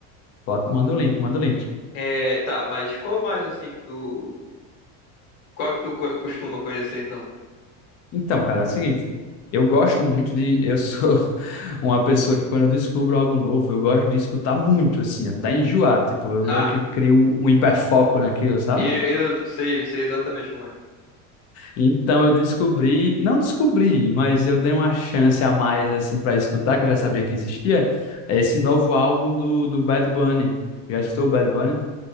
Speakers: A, on the left; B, on the left.
A: Bota, manda o link, manda o link.
B: É, tá, mas qual mais assim que tu. Qual que tu co- costuma conhecer então?
A: Então, cara, é o seguinte, eu gosto muito de. Eu sou <laughs> uma pessoa que quando eu descubro algo novo, eu gosto de escutar muito, assim, até enjoar. Tipo, eu meio
B: Ah,
A: que crio um hiperfoco naquilo, sabe?
B: eu, eu sei, sei exatamente como é.
A: Então eu descobri, não descobri, mas eu dei uma chance a mais assim para escutar, que eu já sabia que existia, é esse novo álbum do, do Bad Bunny. Já escutou o Bad Bunny?